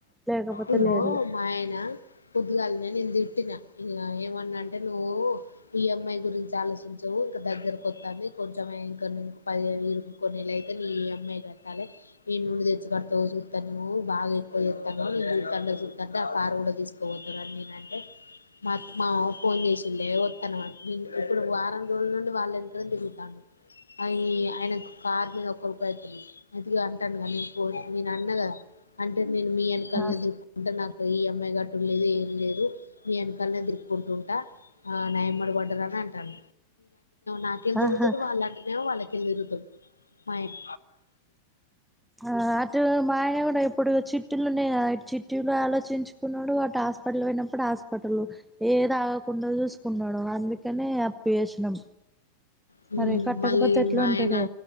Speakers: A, in the centre; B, on the left.
A: లేకపోతే
B: ఇదిగో
A: లేదు
B: మాయినా పొద్దుగాలినే నేను తిట్టిన ఇంక ఏమన్నా అంటే నువ్వు ఈఎంఐ గురించి ఆలోచించవు ఇంకా దగ్గరకుొత్తాంది కొంచెం ఇంక పది ఇ కొన్నిళ్ళు అయితే నీ ఈఎంఐ కట్టాలి ఈ నుండి తెచ్చి కడుతా ఎవ చూస్తాను నువ బాగా ఎక్కువ చేస్తాను నేను చూతాండ చూతాంటే ఆ కారు కూడా తీసుకోపోతానుని నేనంటే మా మా ఫోన్ చేసిలే వస్తాను నేను ఇప్పుడు వారం రోజుల నుండి వాళ్ళ వెనకనే తిరుగుతాను అవి ఆయన కార్ మీద ఒకరికి అస్తాను అయితేగా అంటాను కా నేను ఫో నె అన్న్ గదా అంటె నేను మీ వెనకాలనె
A: ఆ
B: తిరుక్కుంట నాకు ఈ అమ్మాయి గట్ట లేదు ఏం లేదు మీ వెనకాలనే తిరుక్కుంటూంట ఆ నా యమ్మట పడ్డదని అంటాను నాకళ్ళితిరుగుతుండు
A: ఆహా
B: వాళ్ళలాంటినే వాళ్ళకల్లె తిరుతుండు మాయిట్
A: ఆ ఇదిగో మా ఆయన కూడా ఎప్పుడు చిట్టీలున్నాయా చి లు ఆలోచించుకున్నాడు అటు హాస్పిటల్ పోయినప్పుడు హాస్పిటల్ లో ఏ తాగకుండా చూసుకున్నాడో అందుకనే అప్పి చేసినం
B: హ్మ్.
A: మరి కట్టకపోతే
B: మళ్ళీ
A: ఎట్లా
B: మా
A: ఉంటదె
B: ఆయన